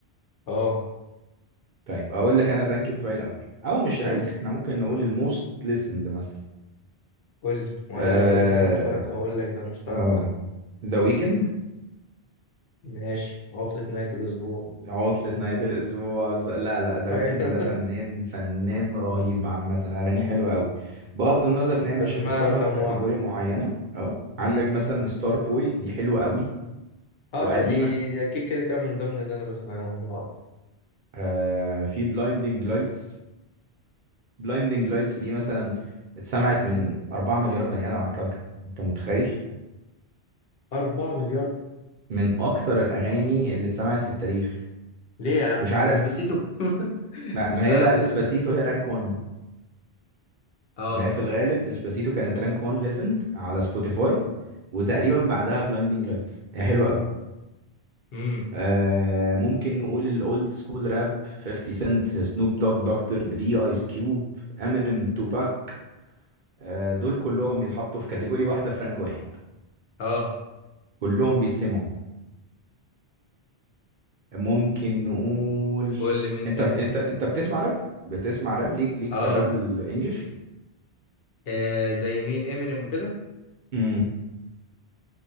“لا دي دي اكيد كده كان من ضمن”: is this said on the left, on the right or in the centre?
Left